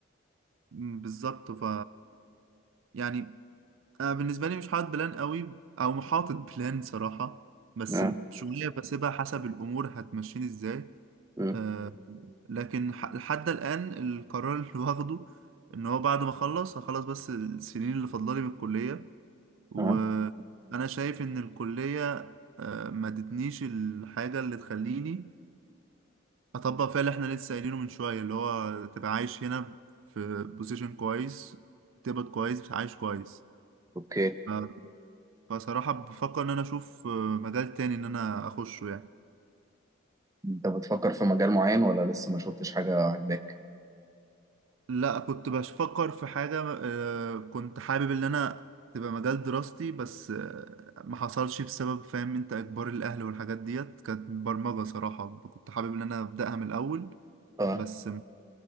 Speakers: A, on the right; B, on the right.
A: مم، بالظبط ف يعني انا بالنسبه لي مش حاطط بلان قوي او محاطط بلان صراحه بس
B: آه.
A: شويه بسيبها حسب الامور هتمشيني ازاي
B: آه.
A: أه لكن ح- لحد الان القرار اللي واخده ان هو بعد ما اخلص هخلص بس السنين اللي فاضلالي من الكليه وانا
B: آه.
A: شايف ان الكليه أه ما ادتنيش الحاجه اللي تخليني اطبق فيها اللي احنا لسه قايلينه من شويه اللي هو تبقى عايش هنا في بوزيشن كويس تقبض كويس عايش كويس
B: أوكي
A: ف- فصراحة بفكر إن أنا أشوف آه، مجال تاني إن أنا أخشه يعني
B: أنت بتفكر في مجال معين ولا لسه ما شفتش حاجة عاجباك؟
A: لا كنت بفكر في حاجة آه، كنت حابب إن أنا تبقى مجال دراستي بس آه، ما حصلش بسبب فاهم أنت إجبار الأهل والحاجات ديت كانت برمجة صراحة كنت حابب إن أنا أبدأها من الأول
B: آه.
A: بس ما